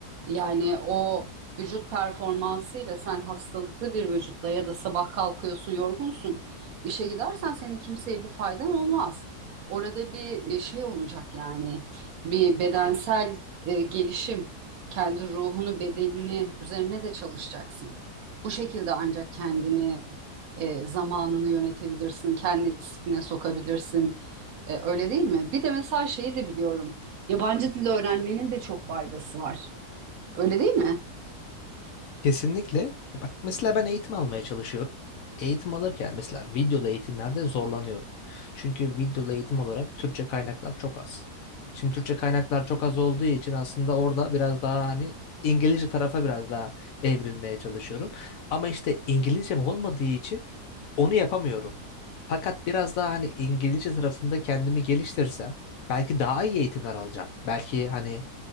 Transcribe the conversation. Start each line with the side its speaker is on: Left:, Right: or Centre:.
Right: Yani o vücut performansıyla sen hastalıklı bir vücutla ya da sabah kalkıyorsun yorgunsun. İşe gidersen senin kimseye bir faydan olmaz. Orada bir e, şey olacak yani bir bedensel e, gelişim, kendi ruhunu, bedenini üzerine de çalışacaksın. Bu şekilde ancak kendini, e, zamanını yönetebilirsin, kendi disipline sokabilirsin. E, öyle değil mi? Bir de mesela şeyi de biliyorum. Yabancı dil öğrenmenin de çok faydası var. Öyle değil mi?
Left: Kesinlikle. Ya Bak mesela ben eğitim almaya çalışıyorum. Eğitim alırken mesela videolu eğitimlerde zorlanıyorum. Çünkü videolu eğitim olarak Türkçe kaynaklar çok az. Şimdi Türkçe kaynaklar çok az olduğu için aslında orada biraz daha hani İngilizce tarafa biraz daha evrilmeye çalışıyorum. Ama işte İngilizcem olmadığı için onu yapamıyorum. Fakat biraz daha hani İngilizce tarafında kendimi geliştirsem belki daha iyi eğitimler alacağım. Belki hani